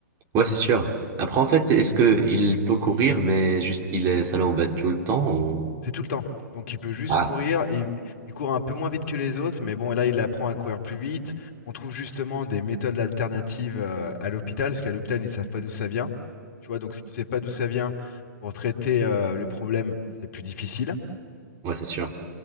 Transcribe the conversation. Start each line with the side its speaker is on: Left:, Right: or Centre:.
Right: Ouais, c'est sûr. Après, en fait, est-ce que il peut courir, mais juste qu'il est, ça l'embête tout le temps ou...
Left: C'est tout le temps. Donc il peut juste
Right: Ah,
Left: courir. Il, il court un peu moins vite que les autres, mais bon, là, il apprend à courir plus vite. On trouve justement des méthodes alternatives euh, à l'hôpital, parce qu'à l'hôpital, ils savent pas d'où ça vient. Tu vois, donc si tu sais pas d'où ça vient, pour traiter euh, le problème, c'est plus difficile.
Right: ouais, c'est sûr.